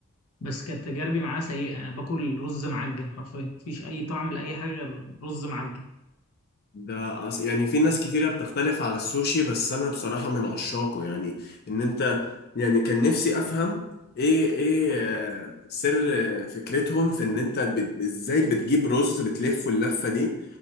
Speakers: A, on the left; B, on the left.
A: بس كانت تجاربي معاه سيئة أنا باكل رز معجن حرفيا مفيش أي طعم لأي حاجة غير رز معجن
B: ده أص- يعني في ناس كتيرة بتختلف على السوشي بس أنا بصراحة من عشاقه يعني إن أنت يعني كان نفسي أفهم إيه إيه آه، سر آه، فكرتهم في إن أنت بت- إزاي بتجيب رز بتلفه اللفة دي